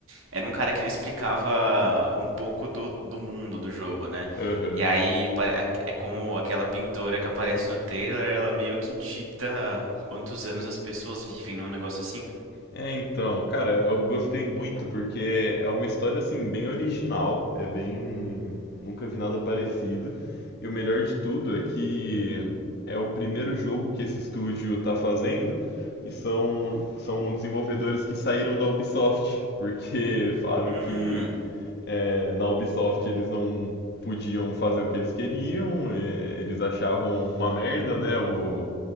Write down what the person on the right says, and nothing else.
Era um cara que ele explicava um pouco do, do mundo do jogo, né?
E aí pare- é como aquela pintora que aparece no trailer, ela meio que dita quantos anos as pessoas vivem, não? Um negócio assim.
Hum,